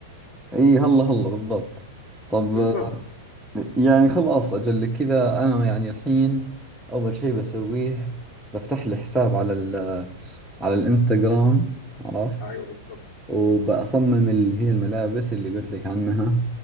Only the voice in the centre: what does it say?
اي هلا هلا بالضبط طب
آه، يعني خلاص اجل كذا انا يعني الحين اول شيء بسويه بفتح لي حساب على ال على الانستغرام عرفت
وبأصمم اللي هي الملابس اللي قلت لك عنها